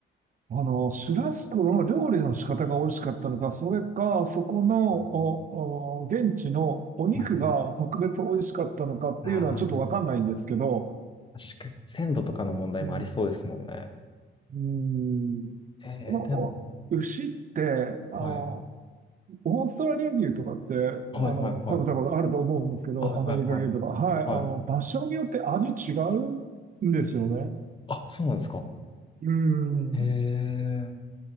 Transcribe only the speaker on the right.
あの、シュラスコの料理の仕方が美味しかったのか、それか、そこの、
お、お、現地のお肉が特別美味しかったのかっていうのはちょっとわかんないんですけど、
うん、うん、
このお牛って、
あの、
オーストラリア牛とかって、あの、
食べたことあると思うんですけど、
アメリカ牛とか。はい。
あの、場所によって味違うんですよね。
うん。